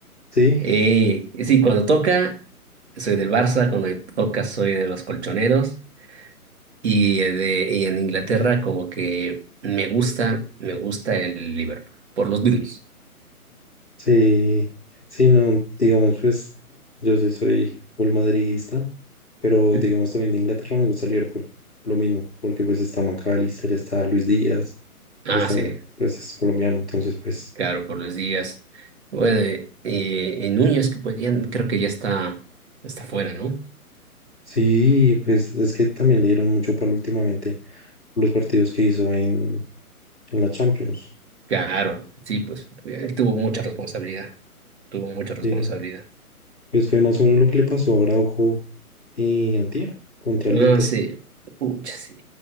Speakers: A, in the centre; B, on the right (about 45°).
A: sí,
B: Eh, y sí, cuando toca, soy del Barça, cuando toca, soy de los colchoneros. Y, eh, de, y en Inglaterra, como que me gusta, me gusta el Liverpool, por los Beatles.
A: Sí, sí, no, digamos, pues yo sí soy full madridista, pero
B: <laughs>
A: digamos también de Inglaterra me gusta Liverpool, lo mismo, porque pues está McAllister, está Luis Díaz, que
B: Ah,
A: pues también
B: sí.
A: pues, es colombiano, entonces pues
B: Claro, por los días. Bueno, eh, eh, Núñez, que podían, creo que ya está, está fuera, ¿no?
A: sí, pues es que también le dieron mucho palo últimamente los partidos que hizo en, en la Champions,
B: Claro, sí, pues él tuvo mucha responsabilidad, tuvo mucha responsabilidad.
A: sí, pues fue más o menos lo que le pasó a Araujo y Antier contra
B: Ah,
A: el Inter,
B: sí, pucha, sí.